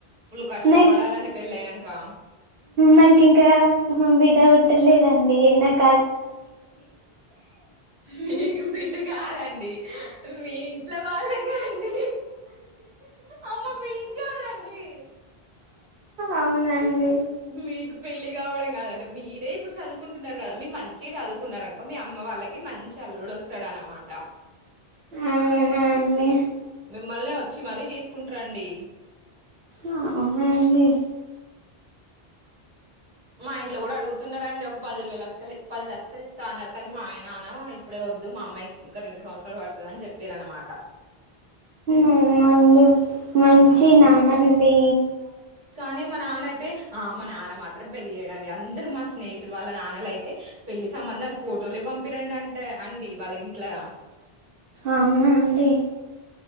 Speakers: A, on the right; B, on the right.
A: ఫుల్ కష్టాలు
B: నాకి
A: పడాలండి పెళ్ళయినాక
B: నాకి ఇంకా బిడ్డ పుట్టలేదండి నాకు
A: మీకు బిడ్డ కా కాదండి మీ ఇంట్లో వాళ్ళకు అండి అమ్మ మీ కాదండి
B: అవునండి
A: మీకు పెళ్లి కావడం కాదండి మీరే ఇప్పుడు చదువు చదుకుంటున్నారు కదా మీరు మంచిగా చదువుకున్నారనుకో మీ అమ్మ వాళ్ళకి మంచి అల్లుడు వస్తాడు అనమాట
B: అవునా అండి
A: మీమ్మల్నే వ వచ్చి మరీ తీసుకుంటారండి
B: ఆ అవున అండి
A: మా ఇంట్లో కూడా అడుగుతున్నారండి ఒక పది ఇరవై లక్షలు పది లక్షలు ఇస్తా అన్నారు కానీ మా ఆయ నాన్న ఇప్పుడే వద్దు మా అమ్మాయికి ఇంకా రెండు సంవత్సరాలు పడుతదని చెప్పిరు అనమాట
B: అవునా మంచి
A: ఉమ్
B: నాన్న అండి
A: కానీ మా నాన్న అయితే ఆ మ నా మాత్రం పెళ్లి చేయడండి అందరు మా స్నేహితులు వాళ్ళ నాన్నలు అయితే పెళ్లి సంబంధాలు ఫోటోలు పంపిరండి అంటే అండి వాళ్ళకి ఇంట్లా
B: అవునా అండి